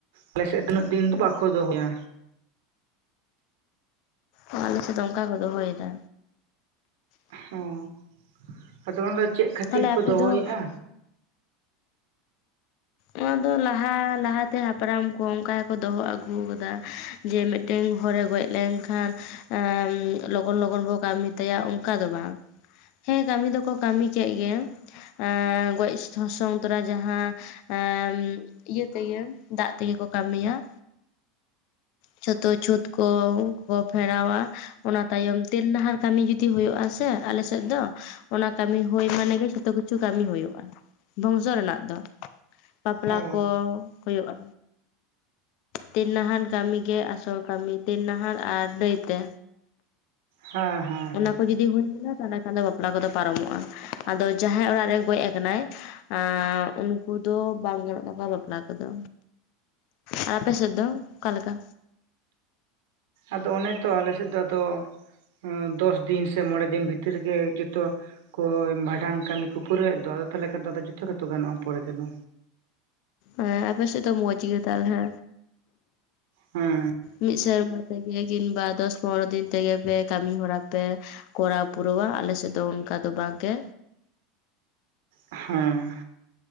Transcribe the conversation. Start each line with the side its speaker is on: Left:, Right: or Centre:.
Right: ᱟᱞᱮ ᱥᱮᱫ ᱫᱚ ᱩᱱᱟᱹᱜ ᱫᱤᱱ ᱫᱚ ᱵᱟᱠᱚ ᱫᱚᱦᱚᱭᱟ᱾
Left: ᱚ ᱟᱞᱮ ᱥᱮᱫ ᱫᱚ ᱚᱱᱠᱟ ᱠᱚ ᱫᱚᱦᱚᱭᱮᱫᱟ᱾
Right: ᱚ ᱟᱫᱚ ᱚᱱᱟᱫᱚ ᱪᱮᱫ ᱠᱷᱟᱹᱛᱤᱨ
Left: ᱛᱟᱦᱚᱞᱮ ᱟᱯᱮ
Right: ᱠᱚ ᱫᱚᱦᱚᱭᱮᱜ-ᱟ?
Left: ᱫᱚ ᱚᱱᱟᱫᱚ ᱞᱟᱦᱟ ᱞᱟᱦᱟᱛᱮ ᱦᱟᱯᱲᱟᱢ ᱠᱚ ᱚᱱᱠᱟ ᱜᱮᱠᱚ ᱫᱚᱦᱚ ᱟᱹᱜᱩ ᱟᱠᱟᱫᱟ᱾ ᱡᱮ ᱢᱤᱫᱴᱮᱱ ᱦᱚᱲᱮ ᱜᱚᱡ ᱞᱮᱱ ᱠᱷᱟᱱ ᱮᱸ ᱞᱚᱜᱚᱱ ᱞᱚᱜᱚᱱ ᱵᱚ ᱠᱟᱹᱢᱤ ᱛᱟᱭᱟ ᱚᱱᱠᱟ ᱫᱚ ᱵᱟᱝ᱾ ᱦᱮᱸ ᱠᱟᱹᱢᱤ ᱫᱚᱠᱚ ᱠᱟᱹᱢᱤ ᱪᱚᱭᱮᱫ ᱜᱮᱭᱟ ᱮᱸᱻ ᱜᱚᱡ ᱥᱚ ᱥᱚᱱ ᱛᱚᱨᱟ ᱡᱟᱦᱟᱸ ᱮᱸ ᱤᱭᱟᱹ ᱛᱮᱜᱮ ᱫᱟᱜ ᱛᱮᱜᱮ ᱠᱚ ᱠᱟᱹᱢᱤᱭᱟ᱾ ᱡᱷᱚᱛᱚ ᱪᱷᱩᱸᱛ ᱠᱚᱠᱚ ᱯᱷᱮᱨᱟᱣᱟ ᱚᱱᱟ ᱛᱟᱭᱚᱢ ᱛᱮᱞ ᱰᱟᱦᱟᱱ ᱠᱟᱹᱢᱤ ᱡᱩ ᱛᱤ ᱦᱩᱭᱩᱜᱼᱟ ᱥᱮ ᱟᱞᱮ ᱥᱮᱫ ᱫᱚ ᱚᱱᱟ ᱠᱟᱹᱢᱤ ᱦᱩᱭ ᱢᱟᱱᱮ ᱜᱮ ᱡᱷᱚᱛᱚ ᱠᱤᱪᱷᱩ ᱠᱟᱹᱢᱤ ᱦᱩᱭᱩᱜᱼᱟ᱾ ᱵᱚᱝᱥᱚ ᱨᱮᱱᱟᱜ ᱫᱚ, ᱵᱟᱯᱞᱟ
Right: ᱚ
Left: ᱠᱚ ᱦᱩᱭᱩᱜᱼᱟ᱾ ᱛᱮᱞ ᱱᱟᱦᱟᱱ ᱠᱟᱹᱢᱤᱜᱮ ᱟᱥᱚᱞ ᱠᱟᱹᱢᱤ ᱛᱮᱞ ᱱᱟᱦᱟᱱ ᱟᱨ ᱱᱟᱹᱭᱛᱮ᱾
Right: ᱦᱮᱸ ᱦᱮᱸ ᱦᱮᱸ
Left: ᱚᱱᱟ ᱠᱚ ᱡᱩᱫᱤ ᱦᱩᱭ ᱞᱮᱱᱟ ᱛᱟᱞᱦᱮ ᱠᱷᱟᱱ ᱫᱚ ᱵᱟᱯᱞᱟ ᱠᱚᱫᱚ ᱯᱟᱨᱚᱢᱚᱜᱼᱟ, ᱟᱫᱚ ᱡᱟᱦᱟᱸᱭ ᱚᱲᱟᱜ ᱨᱮ ᱜᱚᱡ ᱟᱠᱟᱱᱟᱭ ᱟᱸᱻ ᱩᱱ ᱠᱩ ᱫᱚ ᱵᱟᱝ ᱜᱟᱱᱚᱜ ᱛᱟᱠᱚᱣᱟ ᱵᱟᱯᱞᱟ ᱠᱚᱫᱚ, ᱟᱨ ᱟᱯᱮ ᱥᱮᱫ ᱫᱚ ᱚᱠᱟ ᱞᱮᱠᱟ?
Right: ᱟᱫᱚ ᱚᱱᱮ ᱛᱚ ᱟᱞᱮ ᱥᱮᱫ ᱫᱚ ᱟᱫᱚ, ᱩᱸ ᱫᱚᱥ ᱫᱤᱱ ᱥᱮ ᱢᱚᱬᱮ ᱫᱤᱱ ᱵᱷᱤᱛᱤᱨ ᱨᱮᱜᱮ ᱡᱚᱛᱚ ᱠᱚ ᱵᱷᱟᱰᱟᱱ ᱠᱟᱹᱢᱤ ᱠᱚ ᱯᱩᱨᱟᱹᱣᱮᱫ ᱫᱚ ᱟᱫᱚ ᱛᱟᱦᱚᱞᱮ ᱠᱷᱟᱱ ᱫᱚᱫᱚ ᱡᱚᱛᱚ ᱜᱮᱛᱚ ᱜᱟᱱᱚᱜᱼᱟ ᱯᱚᱨᱮ ᱛᱮᱫᱚ᱾
Left: ᱦᱮᱸ ᱟᱯᱮ ᱥᱮᱫ ᱫᱚ ᱢᱚᱡᱽ ᱜᱮ ᱛᱟᱦᱚᱞᱮ᱾
Right: ᱦᱮᱸ᱾
Left: ᱢᱤᱫ ᱥᱮᱨᱢᱟ ᱛᱮᱜᱮ ᱠᱤᱱᱵᱟ ᱫᱚᱥ ᱯᱚᱱᱨᱚ ᱫᱤᱱ ᱛᱮᱜᱮ ᱯᱮ ᱠᱟᱹᱢᱤ ᱦᱚᱨᱟ ᱯᱮ ᱠᱚᱨᱟᱣ ᱯᱩᱨᱟᱹᱣᱟ ᱟᱞᱮ ᱥᱮᱫ ᱫᱚ ᱚᱱᱠᱟ ᱫᱚ ᱵᱟᱝᱜᱮ᱾
Right: ᱦᱮᱸ᱾